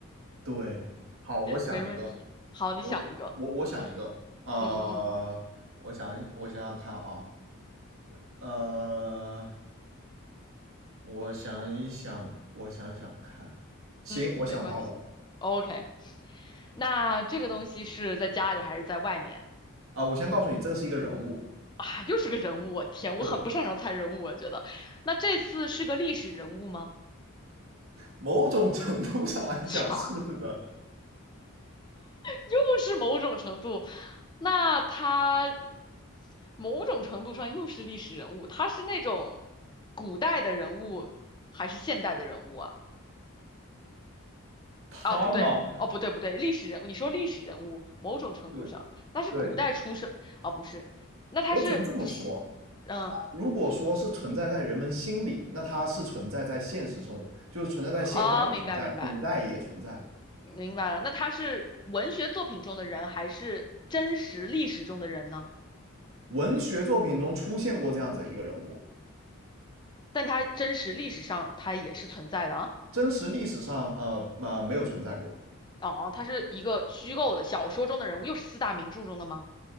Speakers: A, on the right; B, on the left.
A: 对，好，我想一个，
B: 没问题。好，你想一个，
A: 我我我想一个，
B: 嗯
A: 呃，
B: 嗯嗯
A: 我想一我想想看啊，呃，我想一想，我想想看，行，
B: 嗯嗯，
A: 我想到了
B: 没关系。OK，那这个东西是在家里还是在外面？
A: 啊，我先告诉你，这个是一个人物，
B: 啊，又是个人物，我天，
A: 对，
B: 我很不擅长猜人物，我觉得。那这次是个历史人物吗？
A: 某种程度上来讲是的，
B: <laughs> 又是某种程度，那他某种程度上又是历史人物，他是那种古代的人物还是现代的人物啊？
A: 他嘛，
B: 啊，不对，哦，不对，不对，历史人物，你说历史人物，某种程度上，
A: 对
B: 那是古代出生，
A: 对，
B: 啊，不是，那他是是，
A: 我只能这么说，
B: 嗯，
A: 它如果说是存在在人们心里，那它是存在在现实生活，就是存在在现在也存在，
B: 啊，明白明白，
A: 古代也存在。
B: 明白了，那他是文学作品中的人，还是真实历史中的人呢？
A: 文学作品中出现过这样子一个人物，
B: 但他真实历史上他也是存在的啊。
A: 真实历史上呃呃没有存在过。
B: 哦，他是一个虚构的小说中的人物，又是四大名著中的吗？